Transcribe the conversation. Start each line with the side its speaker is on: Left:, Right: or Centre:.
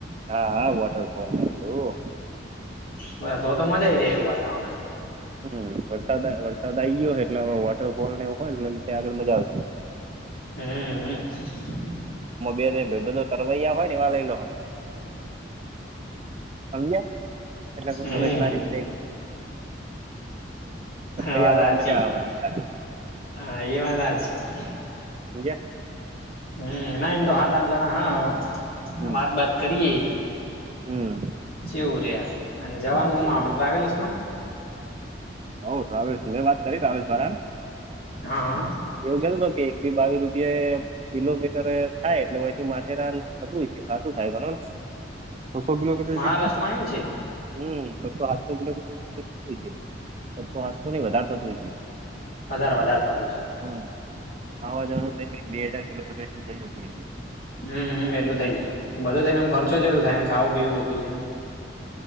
Right: હા વાોટર ફોનું.
Left: બ તો તો મજા આઈ જાય એવું વાતાવણ.
Right: હમ વરસાદ વરસાદ આ ગયો હો એટલે હવે વોટરફોલ નેવ હોય ત્યાં આગળ મજાશે.
Left: હમ.
Right: હ બે બધો તરવૈયા હોય ને વા લઈ લો. સમજ એટ
Left: હમ
Right: મગજ મારી.
Left: હમ
Right: ભૈયા
Left: વાત
Right: હો
Left: હાચી
Right: મજા આવે અમદાજ.
Left: હા એ વાંધ છે.
Right: સમજ્યા
Left: હમ ના તો હાથ આપ જના હા
Right: હમ
Left: વાત બત. કરીએ
Right: હમ
Left: જેવું રહે અને જવાનું હમ આપણે ટ્રાવેલ્સ માં.
Right: હઉ ર્રાવેશ હુંવે વાત કરી ર્રાવેશ મારામ
Left: હા
Right: એવું કેધું તો કે. બાવીસ રૂપિયા. કિલોમીટર થાય એટલેથી માથેરાન થતું હોય છે ક શું થાય ઘ. છસો કિલોમીટર
Left: મહારાષ્ટ્રમાં
Right: જે
Left: આયુ ને છેક
Right: હમસો આઠસો કિલોમીટર. સસૈ સાતસૈ તો નની વધાર થતોું હોય છે.
Left: વધારે વધારે થતું છે.
Right: હમ આવા જવાનું ક બે હાજાર કિલોમીટરું થઈ જતું.
Left: હમમ એટલું થઇ જાય બધું થઈનેમ ખર્ચો જે એવું થાય ને ખાવું પીવું બધું થઈને.